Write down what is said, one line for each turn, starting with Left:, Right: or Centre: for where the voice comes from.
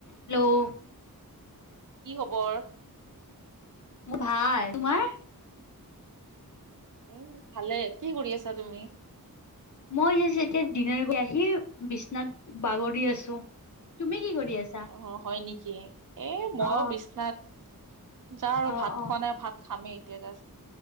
Left: হেল্ল'
Right: কি খবৰ
Left: মোৰ ভাই তোমাৰ
Right: উম ভালে কি কৰি আছা তুমি
Left: মই যে এতিয়া দিিন গৈ আহি বিশ্বনাথ বাগৰি আছো তুমি কি কৰি আছা
Right: অ হয় নেকি এ মইো
Left: অ
Right: বিশচনাাত যা আৰু
Left: অ
Right: ভাত
Left: অ
Right: খোৱা নাই ভাত খামেই এতিয়া যা